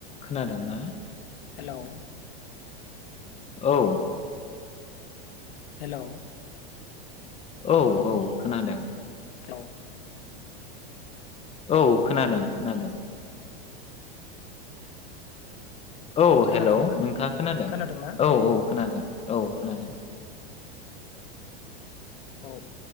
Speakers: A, on the left; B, on the left.
A: खोनादोंना?
B: हेलौ
A: औ
B: हेलौ
A: औ औ खोनादों
B: औ
A: औ खोनादों खोनादों औ
B: खोनादोंना
A: हेलौ नोंथाङा खोनादों
B: खोनादोंना
A: औ औ खोनादों औ खोनादों
B: औ